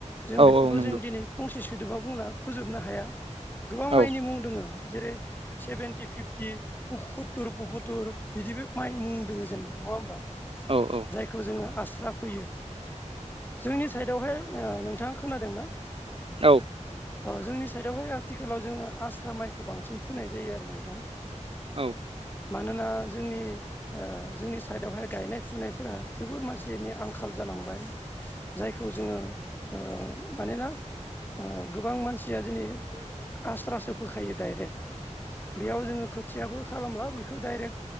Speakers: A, on the left (about 15°); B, on the right (about 50°).
A: जों
B: औ
A: बेफोरखौ
B: औ नंगौ
A: जों दिनै फंसे सोदोबा बुंना फोजोबनो हाया गोबां
B: औ
A: माइनि मुं दङ जेरै सेभेेनटि फिफ थि पकतर पकतर बिदिबो माइ मुंदों जेनेबा नङा होमबा
B: औ औ
A: जायखौ जोङो आस स्रा फैयो जोंनि साइडआवहाय ओ नोंथाङा खोनादोंना?
B: औ।
A: अ जोंनि साइडआवहाय आथिखालाव जोङो आस्रा माइखौ बांसिन फोनाय जायो आरो नोंथां
B: औ
A: मानोना जोंनि ओ जोंनि साइडआवहाय गायनाय फुनायफोरा जोबोर मानसिनि आंखाल जा जालांबाय जायखौ जोङो ओ मानोना ओ गोबां मानसिया दिनै आस्रासो फोखायो डाइरेक्ट बेयाव जोङो खोथियाबो खालामला बेखौ डाइरेक्ट